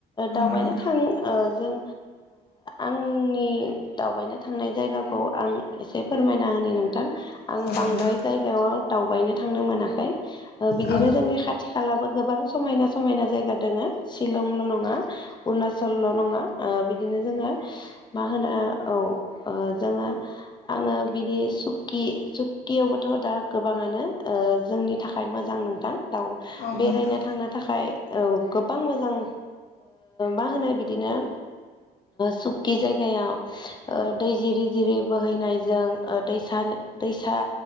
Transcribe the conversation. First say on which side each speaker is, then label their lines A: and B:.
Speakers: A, on the left (about 25°); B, on the left (about 70°).
A: दावबायनो
B: नोंथां
A: थां जों आंनि आंनि दावबायनो थांनाय जायगाखौ आं एसे फोरमायना होनि नोंथां।
B: औ
A: आं
B: नोंथां
A: बांद्राय जायगायाव दावबायनो थांनो मोनाखै बिदिनो
B: औ औ
A: जोंनि खा थि खालाबो गोबां समायना समायना जायगा दङो शिलंल' नङा। अरुणचलल' नङा बिदिनो जोङो मा होनो औ ओ जोङो आङो बिदि सुक्कि सुक्कियावबोथ' दा गोबाङानो। ओ जोंनि थाखाय मोजां नोंथां दाउ
B: औ
A: बेरायनो
B: नोंथां
A: थांनो थाखाय औ गोबां मोजां मा होनो बिदिनो सुकि जायगायाव ओ दै जिरि जिरि बोहैनायजों ओ दैनि दैसा